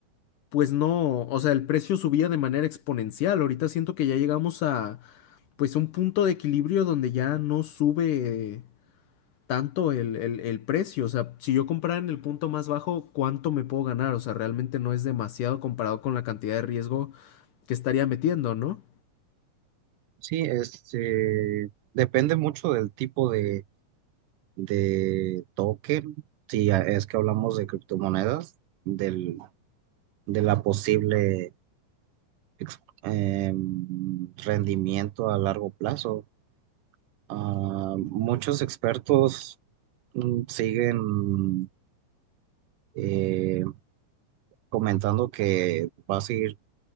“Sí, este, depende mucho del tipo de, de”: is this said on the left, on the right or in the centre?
Right